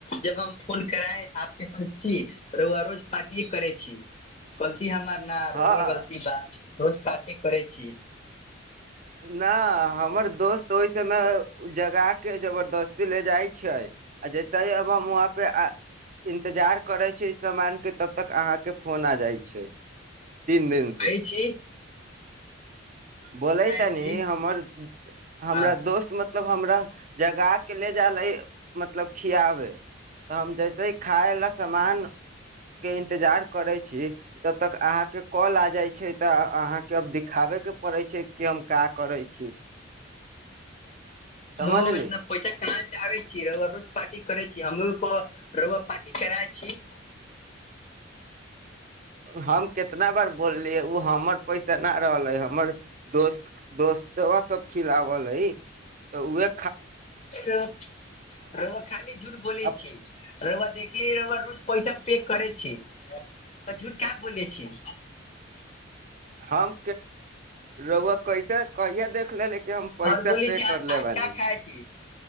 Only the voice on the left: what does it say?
जब हम फोन करााय आपके पास छीिय त रुआ रोज पार्टिए करे छी गलती हमर न
रह उ गलती बा रोज पार्टी करै छी
कहै छी
आय छी
हँ
तो इतना पैसा कहाँ आबै छी रआ रोज पार्टी करै छी हमरो रआ पार्टी कराय छी
र खाली झूठ बोल
छ रौआ देखिय रौआ रोज पैसा पेय करै छी तऽ झूठ काहे बोलै छी
और बोलै
छी आज
आज
का खाय छी